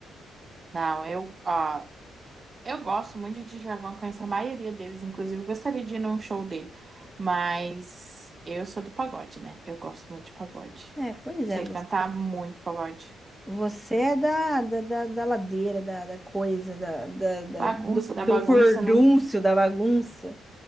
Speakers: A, on the right; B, in the centre.
A: Não, eu. Ó, Eu gosto muito de Djavan, conheço a maioria deles, inclusive eu gostaria de ir num show dele, mas eu sou do pagode, né? Eu gosto muito de pagode.
B: É, pois
A: Sei
B: é,
A: cantar muito pagode.
B: Você é da, da, da, da ladeira, da, da coisa, da, da, da-
A: Bagunça
B: do,
A: da
B: do
A: bagunça,
B: furdúncio,
A: né?
B: da bagunça.